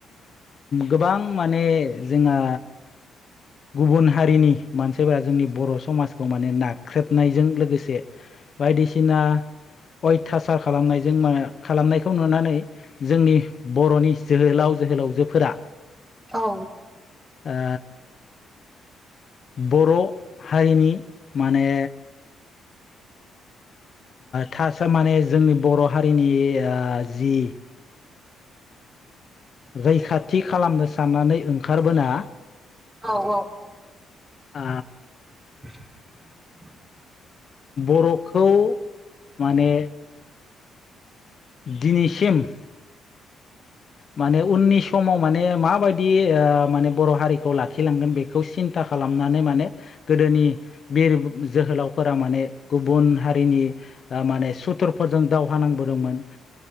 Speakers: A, on the left; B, on the right.
A: गोबां माने जोंहा गुबुन हारिनि मानसिफोरा जोंनि बर' समाजखौ माने नाख्रेबनायजों लोगोसे। बायदिसिना अयथासार खालामनायजों खालामनायखौ नुनानै जोंनि बर'नि जोहोलाव। जोहोलावजोफोरा
B: औ।
A: ओ बर' हारिनि माने थासो माने जोंनि बर' हारिनि जि रैखाथि खालामनो साननानै ओंखारबोना।
B: औ औ।
A: आ
B: <inaudible>
A: बर'खौ माने दिनैसिम माने उननि समाव माने माबायदि माने बर' हारिखौ लाखिलांगोन बेखौ सिन्था खालामनानै माने गोदोनि बिर जोहोलावफोरा माने गुबुन हारिनि माने सुथुरफोरजों दावहा नांबोदोंमोन